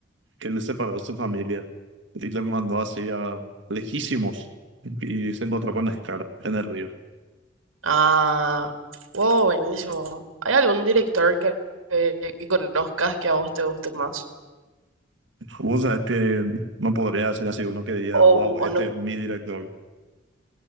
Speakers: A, on the right; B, on the right.
A: que él le separó de su familia y le mandó así a lejísimos y se encontró con Scar en el río.
B: Ah, wow, buenísimo. ¿Hay algún director que, que, que conozcas que a vos te guste más?
A: O sea, es que no podría decir así uno que diga, wow,
B: O,
A: este
B: o no.
A: es mi director,